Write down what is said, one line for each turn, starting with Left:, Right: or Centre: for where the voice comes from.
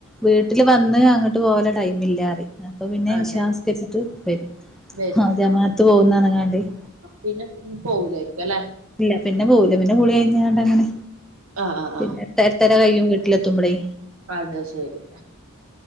Centre: വീട്ടില് വന്ന് അങ്ങട്ട് പോവല്ലേ ടൈമില്ലറെം അപ്പൊ പിന്നെ
Right: അതെ
Centre: ഇഷനിസ്കരിച്ചിട്ട് വരും
Right: വരും
Centre: ആ ജമാഹത്ത്
Right: ആഹ്
Centre: പോകുന്ന് പറഞ്ഞാ-
Right: പിന്നെ പോവൂലായിരിക്കും അല്ലെ
Centre: ഇല്ല പിന്നെ പോവൂല പിന്നെ ഗുളികയിഞ്ക്കണ്ട് അങ്ങനെ
Right: ആഹ് ആഹ്
Centre: പിന്നെ <unintelligible> വീട്ടിലെത്തുമ്പല്
Right: അതെ ശരി